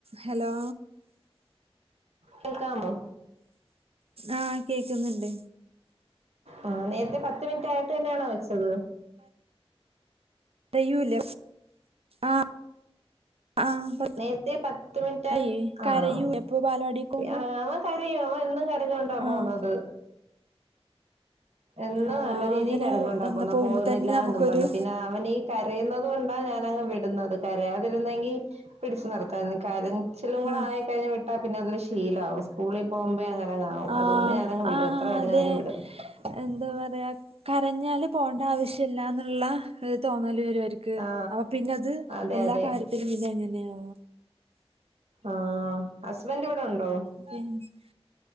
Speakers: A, on the right; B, on the right.
A: ഹലോ?
B: കേൾക്കാമോ
A: ആഹ് കേക്കുന്നുണ്ട്
B: ആ നേരത്തെ പത്ത് മിനിറ്റ ആയിട്ട് തന്നെയണോ വെച്ചത്
A: അറയൂല ആഹ് ആഹ്
B: നേരത്തെ പത്ത് മിനിറ്റ്
A: അയ്
B: ആഹ്
A: കരയൂ എപ്പോ ബാലവാടിക്ക് പോകുമ്പോ
B: ആഹ കരയോ എന്നും കരഞ്ഞോണ്ട പോന്നത്
A: ആഹ്
B: എന്നും
A: ആഹ്
B: നല്ല രീതിൽ
A: അങ്ങനെ
B: കാരഞ്ഞോണ്ട
A: എന്താ
B: പോകുന്ന
A: പോകുമ്പോ
B: പോകുന്നില്ല
A: തന്നെ നമുക്കൊരു
B: എന്നും പറഞ്ഞ പിന്നെ അവൻ ഈ കരയുന്നത് കൊണ്ടാ ഞനങ്ങു വിടുന്നത് കരയാതിരുന്നെങ്കിൽ പിടിച്ചു നിർത്തായിരുന്നു കരചിലും കൂടെ
A: ആഹ്
B: ആയി കഴിഞ്ഞ് വിട്ടാൽ പിന്നെ അതില് ശീലംആവും സ്കൂളിൽ പോകുമ്പോ അങ്ങ് ആവും
A: ആഹ്
B: അതുകൊണ്ട് ഞാനങ്ങ്
A: ആഹ്
B: വിടും എത്ര കരഞ്ഞാലും
A: അതെ
B: വിടും
A: എന്താ പറയാ കരഞ്ഞാല് പോണ്ട ആവശ്യ ഇല്ല ന്നുള്ള ഒരു തോന്നൽ വരുഅവര്ക്
B: ആ
A: അപ്പ പിന്നെത്
B: അതെ
A: എല്ലാ
B: അതെ
A: കാര്യത്തിലും പിന്നെ എങ്ങനെയാ
B: ആഹ് ഹസ്ബന്റ് ഇവിടെ ഉണ്ടോ?
A: <unintelligible>